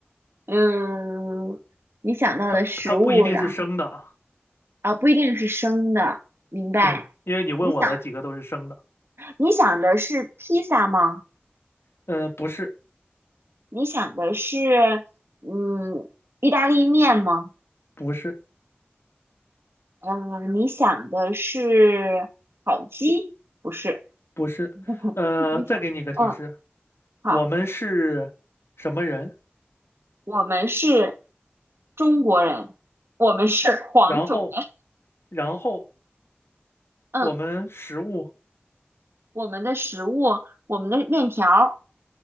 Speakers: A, on the right; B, on the left.
A: 嗯，你想到的食物，
B: 它它不一定是生的啊，
A: 然后啊，不一定是生的，明白？
B: 对，因为你问我的几个都是生的，
A: 你想，你想的是披萨吗？
B: 呃，不是
A: 你想的是嗯，意大利面吗？
B: 不是
A: 嗯，你想的是烤鸡？不是，
B: 不是，
A: <laughs>
B: 呃，
A: 你想，
B: 再给你一个提示，
A: 嗯。好。
B: 我们是什么人，
A: 我们是中国人，我们是黄种人。
B: 然后然后
A: 嗯，
B: 我们食物
A: 我们的食物，我们的面条儿，